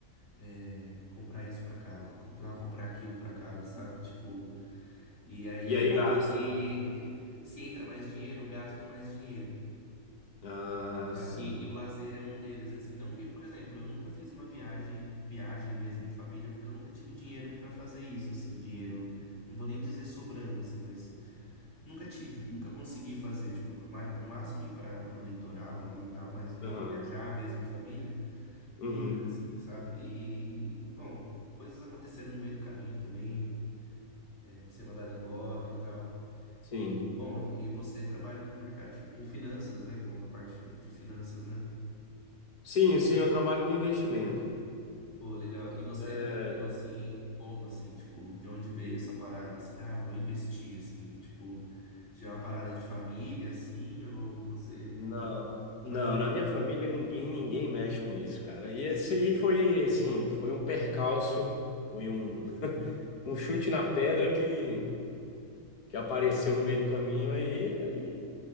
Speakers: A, on the left; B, on the left.
A: é, comprar isso pra casa, comprar, comprar aquilo pra casa, sabe? Tipo, e aí
B: E
A: acaba
B: aí gasta.
A: que eh, se entra mais dinheiro, eu gasto mais dinheiro.
B: Ah,
A: sabe?
B: sim.
A: E, e o lazer é um deles, assim. Não que, por exemplo, eu nunca fiz uma viagem, viagem mesmo em família, porque eu nunca tive dinheiro pra fazer isso, assim, dinheiro, não vou nem dizer sobrando, assim, mas nunca tive, nunca consegui fazer, tipo, ma- no máximo ir para pro litoral ali e tal, mas tipo,
B: Aham.
A: viajar mesmo em família,
B: Uhum.
A: nunca, assim, sabe? E, bom, coisas aconteceram no meio do caminho também, é, de ser mandado embora e tal.
B: Sim.
A: E, bom, e você trabalha com o mercado, de fi- com finanças, né? Com a parte fi- de finanças, né?
B: Sim, sim, eu trabalho com investimento.
A: Pô, legal. E você
B: É,
A: aprendeu assim, como assim, tipo, de onde veio essa parada assim? Ah, vou investir assim, tipo, já é uma parada de família assim, ou você,
B: Não,
A: como
B: não,
A: é que
B: na
A: foi,
B: minha
A: cara?
B: família ninguém ninguém mexe com isso, cara. E esse aí foi assim, foi um percalço, foi um, <laughs> um chute na pedra que, que apareceu no meio do caminho aí, aí,